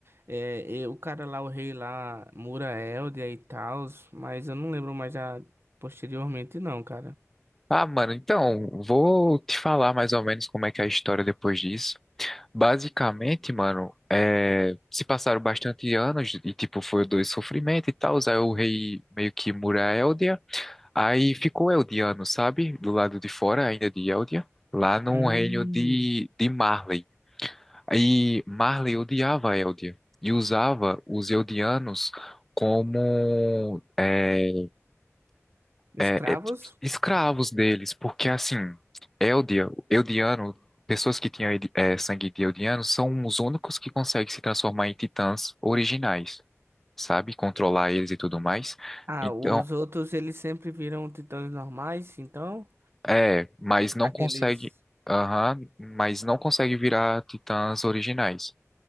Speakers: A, on the right; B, in the centre.
A: é, e- o cara lá, o rei lá, Mura Eldia e tal, mas eu não lembro mais já posteriormente não, cara.
B: Ah, mano, então, vou te falar mais ou menos como é que é a história depois disso. Basicamente, mano, é, se passaram bastante anos e, tipo, foi dois sofrimentos e tal. Aí o rei meio que mura a Eldia. Aí ficou Eldiano, sabe? Do lado de fora ainda de Eldia. Lá no
A: Hum,
B: reino de, de Marley. Aí Marley odiava a Eldia e usava os Eldianos como é,
A: escravos?
B: é, é, escravos deles, porque assim, Eldia, Eldiano, pessoas que tinham é, sangue de Eldiano são os únicos que conseguem se transformar em titãs originais, sabe? Controlar eles e tudo mais.
A: Ah,
B: Então,
A: os outros eles sempre viram titãs normais, então?
B: é, mas não
A: Aqueles.
B: consegue, aham, mas não consegue virar titãs originais.